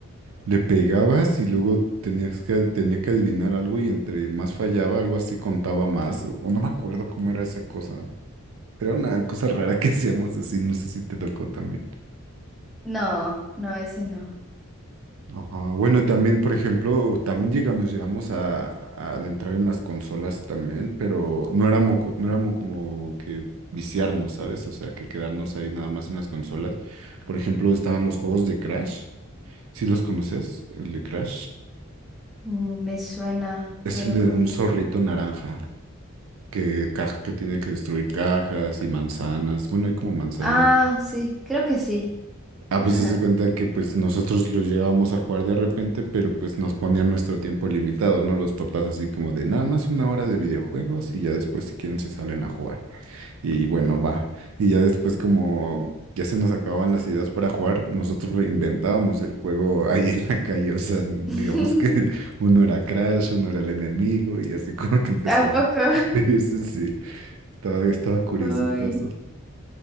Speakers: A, on the right (about 65°); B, in the centre.
A: le pegabas y luego tenías que, tenía que adivinar algo y entre más fallaba, algo así contaba más. O, o no me acuerdo cómo era esa cosa. Era una cosa rara que <laughs> hacíamos así, no sé si te tocó también.
B: no, no, ese no.
A: Ajá, Bueno, también, por ejemplo, también llegamos, nos llegamos a, a adentrar en las consolas también, pero no éramos, co- no éramos como que viciarnos, ¿sabes? O sea, que quedarnos ahí nada más en las consolas. Por ejemplo, estaban los juegos de Crash. ¿Sí los conoces? El de Crash.
B: Mm, Me suena,
A: Es
B: pero
A: el de
B: creo
A: un
B: que
A: zorrito
B: no.
A: naranja que, ca- que tiene que destruir cajas y manzanas. Bueno, hay como manzanitas.
B: Ah, sí, creo que sí.
A: Ah,
B: Ajá.
A: pues se cuenta que pues nosotros los llegábamos a jugar de repente, pero pues nos ponían nuestro tiempo limitado, ¿no? Los papás así como de nada más una hora de videojuegos y ya después si quieren se salen a jugar. Y bueno, va. Y ya después como ya se nos acababan las ideas para jugar, nosotros reinventábamos el juego ahí en la calle. O sea, digamos
B: <laughs>
A: que <laughs> uno era Crash, uno era el enemigo y así como que empezaba.
B: ¿A poco?
A: <laughs> Sí, sí, sí. Estaba, estaba curioso
B: <laughs> ay
A: todo eso.